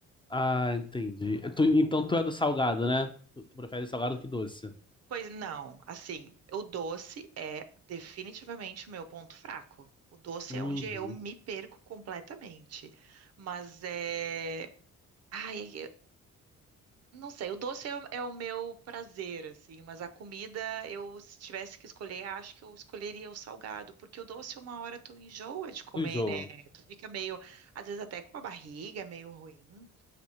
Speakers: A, on the left (about 15°); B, on the right (about 55°).
A: ah, entendi. Tu, então tu é do salgado, né? Tu, tu prefere salgado que doce.
B: Pois não, assim, o doce é definitivamente o meu ponto fraco. O doce
A: Uhum.
B: é onde eu me perco completamente. Mas é. Ai, Não sei, o doce é, é o meu prazer, assim, mas a comida, eu, se tivesse que escolher, acho que eu escolheria o salgado, porque o doce, uma hora tu enjoa de comer,
A: Tu enjoa.
B: né? Tu fica meio, às vezes até com a barriga meio ruim,